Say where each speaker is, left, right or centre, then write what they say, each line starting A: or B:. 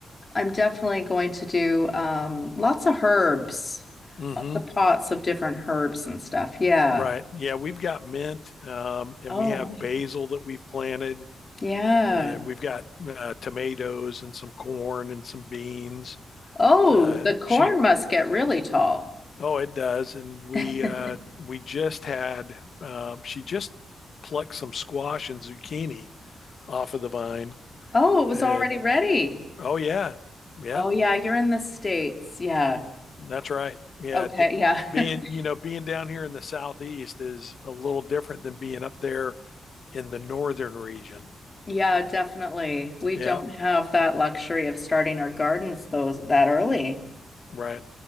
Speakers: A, on the left; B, on the left.
A: I'm definitely going to do um, lots of herbs,
B: Mm-hmm.
A: lots of pots of different herbs and stuff. Yeah.
B: Right. Yeah, we've got mint, um, and
A: Oh,
B: we have
A: nice.
B: basil that we've planted,
A: Yeah.
B: and we've got uh, tomatoes and some corn and some beans.
A: Oh,
B: Uh,
A: the corn
B: she.
A: must get really tall.
B: Oh, it does. And we
A: <laughs>
B: uh, we just had. Um, she just plucked some squash and zucchini off of the vine.
A: Oh, it was
B: And
A: already ready.
B: oh yeah, yep,
A: Oh yeah, you're in the States. Yeah.
B: that's right. Yeah,
A: Okay,
B: d-
A: yeah.
B: being
A: <laughs>
B: you know being down here in the southeast is a little different than being up there in the northern region.
A: Yeah, definitely. We
B: Yeah,
A: don't have that luxury of starting our gardens those that early.
B: right.